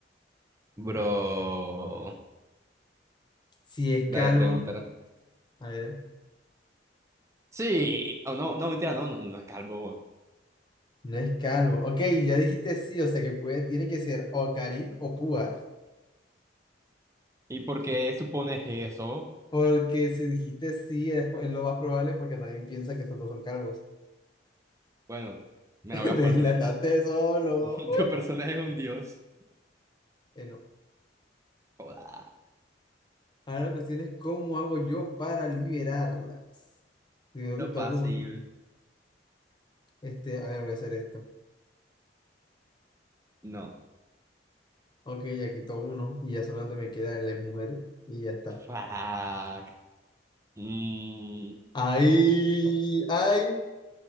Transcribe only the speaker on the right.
Bro,
dale,
preguntar.
Sí, o no, no, mentira, no, no, no no es calvo.
¿Y por qué supones eso?
Bueno,
me
la voy
a jugar con esta.
<laughs> Tu personaje es un dios.
Joda,
está
fácil.
No.
Fuck. Mm,